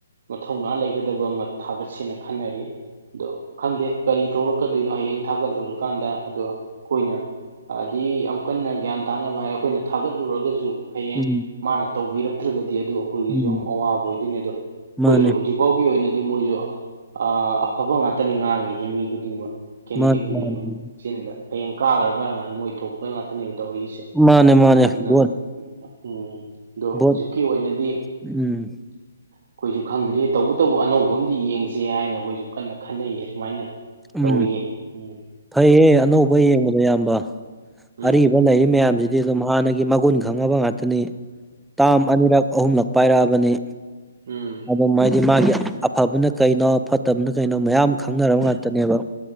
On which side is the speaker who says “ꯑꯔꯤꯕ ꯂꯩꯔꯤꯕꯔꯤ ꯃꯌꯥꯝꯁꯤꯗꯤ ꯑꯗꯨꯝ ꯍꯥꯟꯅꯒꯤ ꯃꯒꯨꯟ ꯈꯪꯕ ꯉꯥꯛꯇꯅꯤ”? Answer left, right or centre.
Centre